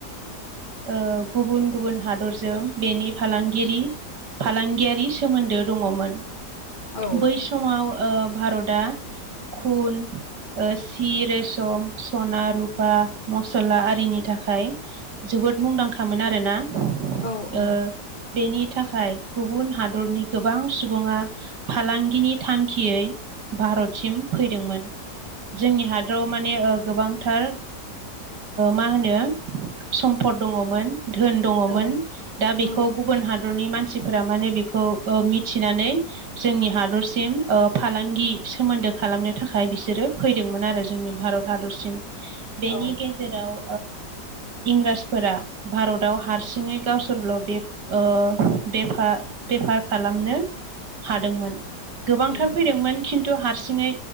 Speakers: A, on the right (about 75°); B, on the left (about 25°).
A: ओ गुबुन गुबुन हादरजों बेनि फालांगिरि फालांगियारि सोमोन्दो दङमोन।
B: औ
A: बै समाव ओ भारतआ खुन ओ सि रेसम सना रुपा मस्ला आरिनि थाखाय जोबोद मुंदांखामोन आरोना
B: औ औ
A: ओ बेनि थाखाय गुबुन हादरनि गोबां सुबुङा फालांगिनि थांखियै भारतसिम फैदोंमोन जोंनि हादराव माने गोबांथार मा होनो सम्फद दङमोन धोन दङमोन
B: औ
A: दा बेखौ
B: औ
A: गुबुन हादरनि मानसि मानसिफोरा माने बेखौ मिथिनानै जोंनि हादरसिम फालांगि सोमोन्दो। खालामनो थाखाय बिसोरो फैदोंमोन आरो जोंनि भारत हादरसिम बेनि
B: औ
A: गेजेराव इंराजफोरा भारताव हारसिङै गावसोरल' बे ओ बेफा बेफार खालामनो हादोंमोन गोबांथार
B: उम
A: फैदोंमोन खिन्थु हारसिङै